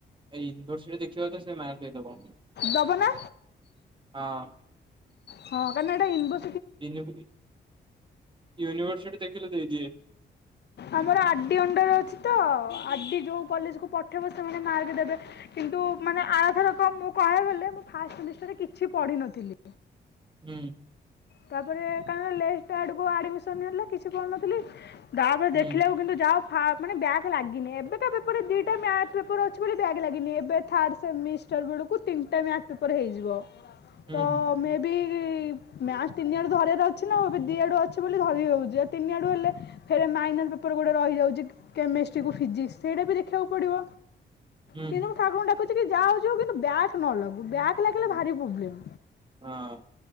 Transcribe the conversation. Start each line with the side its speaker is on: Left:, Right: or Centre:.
Right: ଏଇ ଇନଭର୍ସିଟି ଦେଖିବ ତ ସେ ମାର୍କ ଦେଇଦବ।
Left: ଦବ ନା?
Right: ହଁ।
Left: ହଁ କାରଣ ଏଇଟା ୟୁନିଭ
Right: ୟୁନି ୟୁନିଭର୍ସିଟି ଦେଖିଲେ ଦେଇଦିଏ।
Left: ଆମର ଆର ଡି ଅଣ୍ଡର
Right: ହୁଁ
Left: ଅଛି ତ ଆର ଡି ଯୋଉ କଲେଜକୁ ପଠେଇବ ସେମାନେ ମାର୍କ ଦେବେ। କିନ୍ତୁ ମାନେ ଆର ଥରକ ମୁଁ କହିବାକୁ ଗଲେ ମୁଁ ଫାଷ୍ଟ ସେମିଷ୍ଟାରରେ କିଛି ପଢିନଥିଲି।
Right: ହୁଁ।
Left: ତାପରେ କାରଣ ଲେଟ ଆଡ଼କୁ ଆଡ଼ମିସନ୍ ହେଲା କିଛି ପଢୁନଥିଲି। ତାପରେ
Right: ହୁଁ
Left: ଦେଖିଲା ବେଳକୁ କିନ୍ତୁ ଯା ଫ ମାନେ ବ୍ୟାକ୍ ଲାଗିନି ଏବେ କା ପେପର୍ ଦୁଇଟା ମ୍ୟାଥ ପେପର ଅଛି ବୋଲି ବ୍ୟାଗ୍ ଲାଗିନି ଏବେ ଥାର୍ଡ଼ ସେମି ଷ୍ଟାର୍ <unintelligible> ବେଳକୁ ତିନିଟା ମ୍ୟାଥ ପେପର ହେଇଯିବ
Right: ହୁଁ
Left: ତ
Right: ହୁଁ
Left: ମେ ବି ମ୍ୟାଥ୍ ତିନିଆଡ଼ୁ ଧରିବାର ଅଛି ନାଉ ଏବେ ଦୁଇ ଆଡ଼ୁ ଅଛି ବୋଲି ଧରି ହେଉଛି ଆଉ ତିନିଆଡ଼ୁ ହେଲେ ଫେରେ ମାଇନାର ପେପର ଗୋଟେ ରହିଯାଉଛି କେମେଷ୍ଟ୍ରିକୁ ଫିଜିକ୍ସ ସେଇଟାବି ଦେଖିବାକୁ ପଡ଼ିବ।
Right: ହୁଁ
Left: କିନ୍ତୁ ମୁଁ ଠାକୁରଙ୍କୁ ଡାକୁଛି କି ଯା ହଉଛି ହଉ କିନ୍ତୁ ବ୍ୟାକ୍ ନ ଲାଗୁ ବ୍ୟାକ୍ ଲାଗିଲେ
Right: ହୁଁ
Left: ଭାରି ପ୍ରୋବ୍ଲେମ୍।
Right: ହଁ।